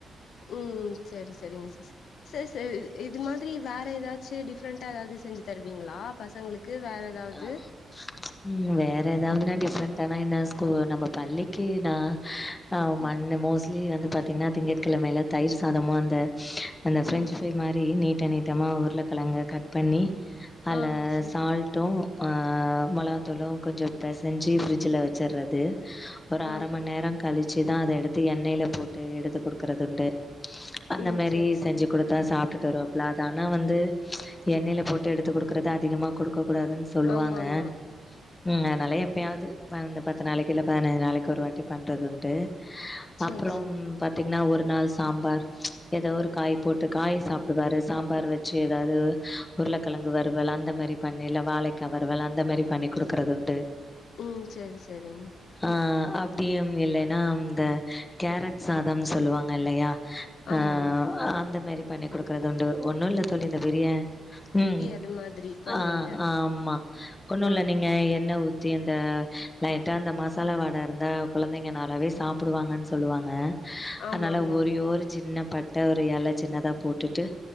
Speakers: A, on the left; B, on the left.
A: உம் செரி சரிங்க சிஸ் ச ச இது மாதிரி வேற ஏதாச்சு டிஃப்ரெண்ட்டா ஏதாவது செஞ்சு தருவீங்களா பசங்களுக்கு வேற ஏதாவது
B: ஆஹ் ம் வேற ஏதாவதுனா டிஃப்ரெண்ட்டா ஆனா என்ன ஸ்கூ நம்ம பள்ளிக்கு நா ஆ
A: ம்
B: மண் மோஸ்ட்லி வந்து பாத்தீங்கனா திங்கட்கெழமைல தயிர் சாதமு அந்த அந்த ஃப்ரெஞ்சு
A: ம்
B: ஃப்ரை மாரி நீட்ட நீட்டமாக உருளக்கெழங்க கட் பண்ணி அதுல
A: ஆ சரி
B: சால்ட் டு அஹ் மொளகா தூளு கொஞ்சோ பெசஞ்சு ஃப்ரிஜ்ல வச்சுடுறது ஒரு
A: ஆ
B: அர மண் நேரோ கழிச்சுதா அத எடுத்து எண்ணெல போட்டு எடுத்து குடுக்கறதுண்டு அந்த
A: ம்
B: மாரி
A: சரி சரி
B: செஞ்சு குடுத்தா சாப்டுட்டு வருவாபுல அதானா வந்து எண்ணெல போட்டு எடுத்து குடுக்குறது அதிகமா குடுக்க கூடாதுனு சொல்லுவாங்க
A: ஆமா ஆமா
B: ம் அதனால எப்பயாவது வ இந்த பத்து நாளைக்கி இல்ல பதினஞ்சு நாளைக்கு ஒரு வாட்டி பண்றது உண்டு
A: <inaudible>
B: அப்பறம்
A: சரி
B: பாத் தீங்கனா ஒரு நாள் சாம்பார் ஏதோ ஒரு காய் போட்டு காய் சாப்டுவாரு சாம்பார் வச்சு ஏதாவது உருளக்கெழங்கு வறுவல் அந்த மாரி பண்ணி இல வாழைக்கா வறுவல் அந்த மாரி பண்ணி குடுக்கறது உண்டு
A: ம் சேரி சேரிங்க
B: ஆஹ் அப்டியும் இல்லேனா அம் த கேரட் சாதம்னு சொல்லுவாங்க இல்லையா
A: ஆமா
B: ஆஹ் அந்த மாரி பண்ணி குடுக்குறது உண்டு ஒன்னு இல்ல தோழி இந்த பிரிய உம்
A: அந்த மாதிரி பண்ணுவீங்க
B: ஆஹ் ஆமா ஒண்ணு
A: ஆ
B: இல்ல நீங்க
A: ஆ
B: அ எண்ண ஊத்தி அந்த லைட்டா அந்த மசாலா வாட இருந்தா கொழந்தைங்க நாலாவே சாப் பிடுவாங்கனு சொல்லுவாங்க
A: ஆமா
B: அதனால
A: ஆமா
B: ஒரி ஓரு சின்ன பட்ட ஒரு எல சின்னதா போட்டுட்டு